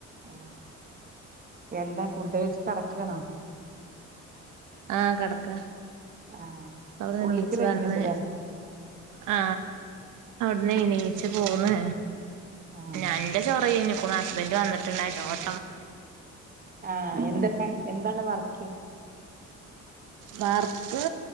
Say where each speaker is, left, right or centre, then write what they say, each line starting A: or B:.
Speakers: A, on the right (about 30°); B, on the right (about 85°).
A: ആ എന്താ ഫുഡ് കഴിച്ച് കെടക്കുവാണോ
B: ആ കെടക്കുവാ
A: ആഹ്
B: അവിടന്നെണീച്ച്
A: ഉള്ളിക്ക് റേഞ്ച്ണ്ട്ല്ലേ
B: വന്ന് ആ അവിടുന്ന് എണീച്ച് പോന്ന്
A: ആഹ്
B: എന്റെ ചൊറ കഴിഞ്ഞു ഇപ്പോ ഹസ്ബൻഡ് വന്നിട്ടുണ്ടായിരുന്നു ഓൻ
A: ആ എന്താ പ എന്താണ് വർക്ക്
B: വർക്ക്